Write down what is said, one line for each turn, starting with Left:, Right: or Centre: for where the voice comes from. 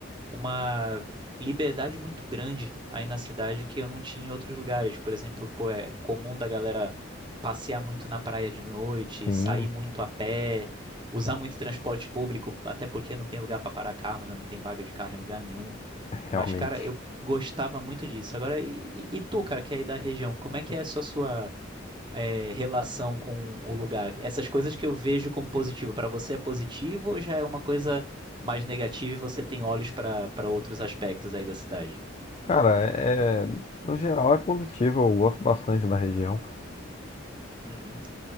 Right: uma liberdade muito grande aí na cidade que eu não tinha em outros lugares. Por exemplo, pô, é comum da galera passear muito na praia de noite,
Left: sim,
Right: sair muito a pé, usar muito transporte público, até porque não tem lugar para parar carro, né? Não tem vaga de carro em lugar nenhum.
Left: <laughs>
Right: Mas,
Left: realmente.
Right: cara, eu gostava muito disso. Agora, e, e tu, cara, que é aí da região, como é que é a sua, sua é, relação com o lugar? Essas coisas que eu vejo como positivo, para você é positivo ou já é uma coisa mais negativa e você tem olhos para para outros aspectos aí da cidade?
Left: Cara, é, é, no geral é positivo, eu gosto bastante da região.
Right: Uhum.